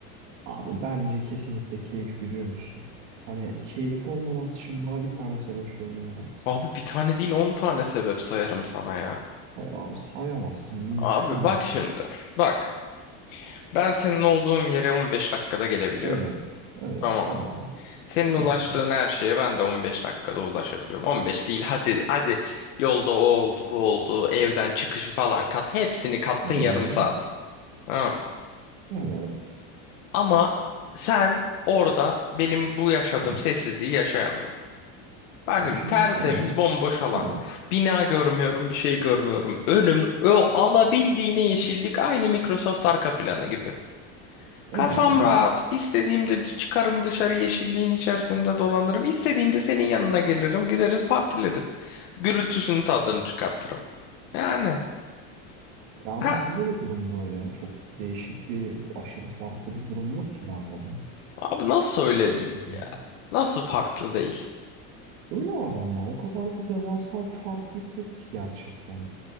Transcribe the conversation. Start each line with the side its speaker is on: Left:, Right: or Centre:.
Right: Abi bence kesinlikle keyif biliyor musun? Hani keyif olmaması için bana bir tane sebep söyleyemezsin.
Left: Abi bir tane değil 10 tane sebep sayarım sana ya.
Right: Hayır abi sayamazsın. Mümkün
Left: Abi bak
Right: bile
Left: şimdi.
Right: değil.
Left: Bak. Ben senin olduğun yere 15 dakikada gelebiliyorum.
Right: Evet. Evet
Left: Tamam.
Right: tamam.
Left: Senin
Right: Hı hı.
Left: ulaştığın her şeye ben de 15 dakikada ulaşabiliyorum. 15 değil hadi hadi yolda o oldu bu oldu evden çıkışı falan kat hepsini kattın
Right: Hı.
Left: yarım saat. Tamam mı?
Right: Evet.
Left: Ama sen orada benim bu yaşadığım
Right: Hı.
Left: sessizliği yaşayamıyorsun. Bak
Right: Abi
Left: şimdi
Right: şimdi
Left: tertemiz
Right: şöyle.
Left: bomboş alan.
Right: Evet.
Left: Bina görmüyorum bir şey görmüyorum. Önüm o alabildiğine yeşillik aynı Microsoft arka planı gibi. Kafam
Right: Ee?
Left: rahat. İstediğimde d- çıkarım dışarı yeşilliğin içerisinde dolanırım. İstediğimde senin yanına gelirim. Gideriz partileriz. Gürültüsünün tadını çıkartırım. Yani
Right: Ya abi
Left: ha,
Right: bende de durum böyle. Çok değişik bir, aşırı farklı bir durum yok ki bende de.
Left: abi nasıl öyle değil
Right: Hani
Left: ya? Nasıl farklı değil?
Right: öyle abi ama o kadar da devasa bir farklılık yok ki gerçekten.